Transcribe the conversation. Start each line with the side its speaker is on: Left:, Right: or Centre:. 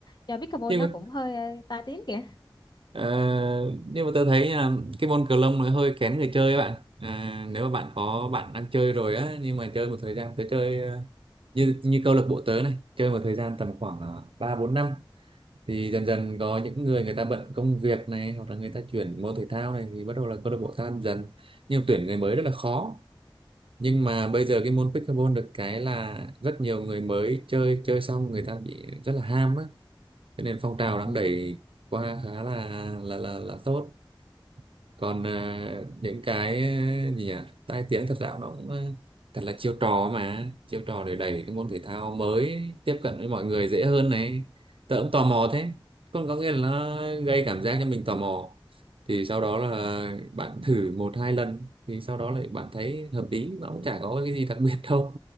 Left: do pickleball
Right: thế
Left: nó cũng hơi ờ, tai tiếng kìa
Right: Ờ, nhưng mà tôi thấy là cái môn cờ lông nó hơi kén người chơi các bạn à, nếu mà bạn có bạn đang chơi rồi á nhưng mà chơi một thời gian tới chơi ờ, như như câu lạc bộ tớ này chơi một thời gian tầm khoảng ờ, ba bốn năm thì dần dần có những người người ta bận công việc này hoặc là người ta chuyển môn thể thao này thì bắt đầu là câu lạc bộ tan dần nhưng mà tuyển người mới rất là khó nhưng mà bây giờ cái môn pickleball được cái là rất nhiều người mới chơi chơi xong người ta bị rất là ham á cho nên phong trào đang
Left: ừ.
Right: đẩy qua khá là là là là tốt còn à, những cái à, gì nhỉ tai tiếng thật ra nó cũng à, thật là chiêu trò mà chiêu trò để đẩy cái môn thể thao mới tiếp cận với mọi người dễ hơn này tớ cũng tò mò thế còn có nghĩa là nó gây cảm giác cho mình tò mò thì sau đó là bạn thử một hai lần thì sau đó lại bạn thấy hợp lý nó cũng chả có cái gì đặc biệt đâu